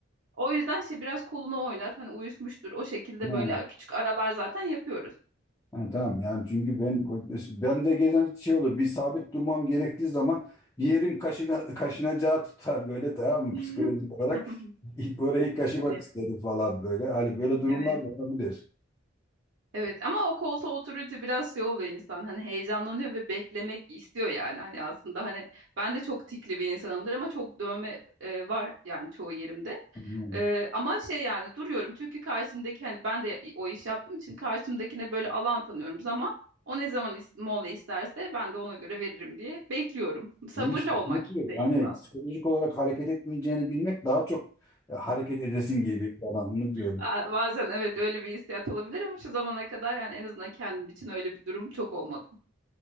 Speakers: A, on the right (about 80°); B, on the left (about 15°).
A: O yüzden şey biraz kolunu oynat, hani uyuşmuştur. O şekilde
B: Ha,
A: böyle küçük aralar zaten yapıyoruz.
B: ha, tamam yani çünkü ben ben de gelen şey olur bir sabit durmam gerektiği zaman bir yerim kaşına, kaşınacağı tutar böyle tamam mı
A: <laughs>
B: psikolojik olarak orayı kaşımak
A: Evet,
B: isterim falan böyle. Hani böyle durumlar
A: evet,
B: da olabilir.
A: evet. Ama o koltuğa oturunca biraz şey oluyor insan. Hani heyecanlanıyor ve beklemek istiyor yani. Hani aslında hani ben de çok tikli bir insanımdır ama çok dövme e, var yani çoğu yerimde.
B: Yani,
A: E, ama şey yani duruyorum çünkü karşımdaki hani ben de o iş yaptığım için karşımdakine böyle alan tanıyorum zaman. O ne zaman is- mola isterse ben de ona göre veririm diye bekliyorum. Sabırlı
B: İyi işte.
A: olmak
B: çünkü
A: işte
B: Hani
A: işin aslı.
B: psikolojik olarak hareket etmeyeceğini bilmek daha çok e, hareket edesin geliyor falan. Onu diyorum.
A: Aa, Bazen evet öyle bir hissiyat olabilir ama şu zamana kadar yani en azından kendim için öyle bir durum çok olmadı.